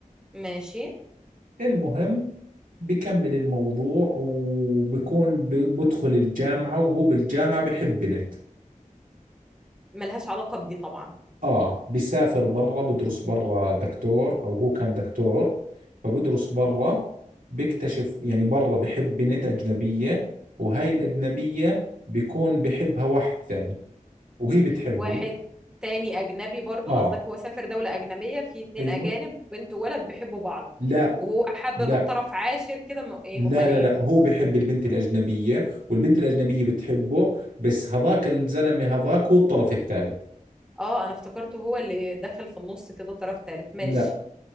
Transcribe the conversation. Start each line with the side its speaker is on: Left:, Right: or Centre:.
Centre: ماشي
Right: المهم بكمل الموضوع وبكون ب- بدخل الجامعة وهو بالجامعة بحب بنت
Centre: ملهاش علاقة بدي طبعا
Right: آه بسافر برا بدرس برا دكتور أو هو كان دكتور فبدرس برا بكتشف يعني برا بحب بنت أجنبية وهاي الأجنبية بكون بحبها واحد ثاني وهي بتحبه
Centre: واحد تاني اجنبي برضو
Right: آه
Centre: قصدك هو سافر دولة اجنبية في اتنين
Right: أيوه
Centre: اجانب بنت وولد بيحبوا بعض
Right: لا
Centre: وهو حب
Right: لا
Centre: من طرف عاشر كده م... ايه
Right: لا
Centre: امال
Right: لا
Centre: ايه
Right: لا هو بحب البنت الأجنبية والبنت الأجنبية بتحبه بس هذاك الزلمة هذاك هو الطرف الثالث
Centre: اه انا افتكرته هو اللي دخل في النص كده طرف تالت ماشي
Right: لا